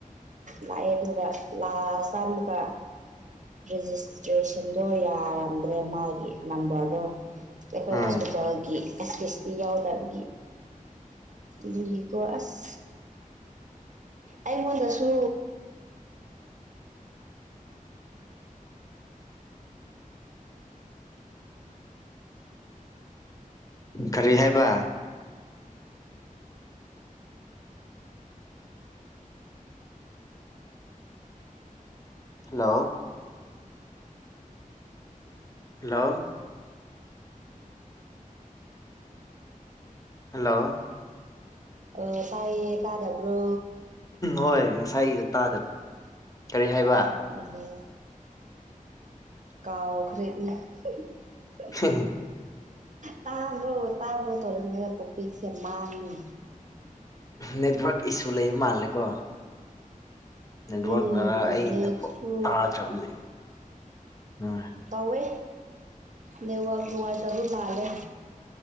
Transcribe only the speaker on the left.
ꯎꯝ
ꯀꯔꯤ ꯍꯥꯏꯕ ꯍꯜꯂꯣ ꯍꯜꯂꯣ ꯍꯜꯂꯣ
ꯍꯣꯏ ꯉꯁꯥꯏꯒꯤꯗꯣ ꯇꯥꯗꯕ ꯀꯔꯤ ꯍꯥꯏꯕ
<unintelligible>
ꯅꯦꯠꯋꯔꯛ ꯏꯁꯨ ꯂꯩꯕ ꯃꯥꯜꯂꯦꯀꯣ ꯅꯦꯠꯋꯔꯛꯅꯔ
ꯑꯩꯅ
ꯗꯣ ꯇꯥꯗ꯭ꯔꯕꯅꯦ ꯎꯝ